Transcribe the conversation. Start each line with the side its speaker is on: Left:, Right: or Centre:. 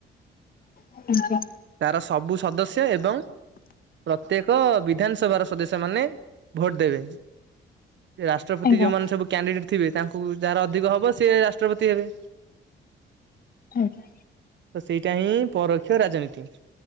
Left: ଆଜ୍ଞା
Right: ତାର ସବୁ ସଦସ୍ୟ ଏବଂ ପ୍ର ତେକ ବିଧାନସଭାର ସଦସ୍ୟ ମାନେ ଭୋଟ ଦେବେ ରାଷ୍ଟ୍ରପତି
Left: ଆଜ୍ଞା
Right: ଯୋଉମାନେ ସବୁ କ୍ୟାଣ୍ଡିଡେଟ୍ ଥିବେ ତାଙ୍କୁ ଯାହାର ଅଧିକ ହବ ସିଏ ରାଷ୍ଟ୍ରପତି ହେବେ।
Left: ଆଜ୍ଞା।
Right: ତ ସେଇଟା ହିଁ ପରୋକ୍ଷ ରାଜନୀତି।